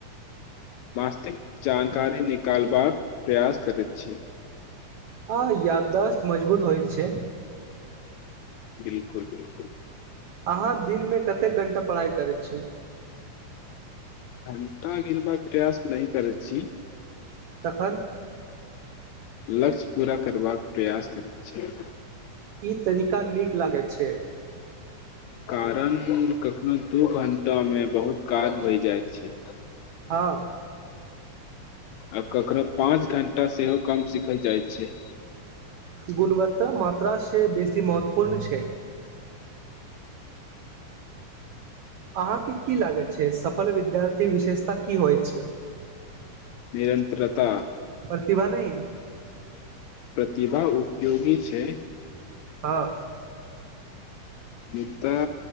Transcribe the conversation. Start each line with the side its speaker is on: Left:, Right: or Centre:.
Left: मास्तिक जानकारी निकालबाक प्रयास करैत छी
Right: आ याददाश्त मजबूत होइ छै
Left: बिलकुल बिलकुल
Right: अहाँ दिनमे कतेक घण्टा पढ़ाइ करै छी
Left: घण्टा गिनबाक प्रयास नहि करै छी
Right: तखन
Left: लक्ष्य पूरा करबाक प्रयास करैत छियै
Right: ई तरीका नीक लागैत छै
Left: कारण कखनो दू घण्टामे बहुत काज भए जाइत छै
Right: हाँ
Left: आ ककरो पाँच घण्टा सेहो कम सीखल जाइत छै
Right: गुणवत्ता मात्रा से बेसी महत्व पूर्ण छै अहाँके की लागे छै सफल विद्यार्थी विशेषता की होइ छै
Left: निरन्त्रता
Right: प्रतिभा नहि
Left: प्रतिभा उपयोगी छै
Right: हँ
Left: मुदा